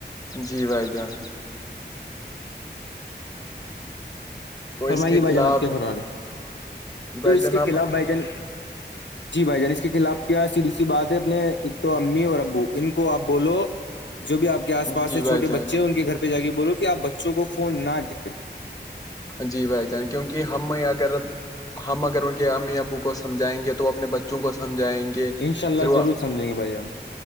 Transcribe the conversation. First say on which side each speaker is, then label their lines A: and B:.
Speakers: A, on the left; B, on the left.
A: جی بھائی جان تو
B: فرمائیے
A: اس کے
B: بھائی
A: خلاف
B: جان آپ کے فرار ہے تو
A: بھائی
B: اس
A: جان
B: کے
A: اب
B: خلاف بھائی جان جی بھائی جان اس کے خلاف کیا سیدھی سی بات ہے اپنے ایک تو امی اور ابو ان کو آپ بولو جو بھی آپ کے آس پاس
A: جی
B: سے چھوٹے
A: بھائی جان
B: بچے ہیں ان کے گھر پہ جا کے بولو کہ آپ بچوں کو فون نہ دیں
A: جی بھائی جان کیونکہ ہم اگر ہم اگر ان کے امی ابو کو سمجھائیں گے تو وہ اپنے بچوں کو سمجھائیں گے
B: دیں
A: کہ
B: ان شاء اللہ
A: پھر
B: ضرور
A: وہ
B: سمجھیں گے بھائی جان